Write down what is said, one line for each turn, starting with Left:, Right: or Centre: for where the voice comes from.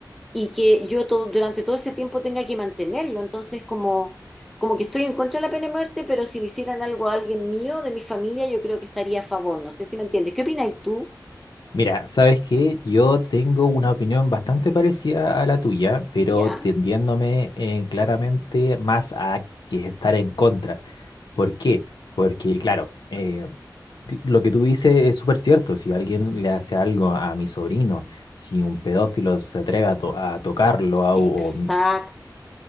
Centre: y que yo todo, durante todo ese tiempo tenga que mantenerlo. Entonces, como, como que estoy en contra de la pena de muerte, pero si le hicieran algo a alguien mío, de mi familia, yo creo que estaría a favor. No sé si me entiendes. ¿Qué opinas tú?
Left: Mira, ¿sabes qué? Yo tengo una opinión bastante parecida a la tuya, pero
Centre: Ya,
Left: tendiéndome eh, claramente más a que estar en contra. ¿Por qué? Porque, claro, eh, Cl- Lo que tú dices es súper cierto. Si alguien le hace algo a mi sobrino, si un pedófilo se atreve a, to- a tocarlo, a-
Centre: exacto.
Left: o m-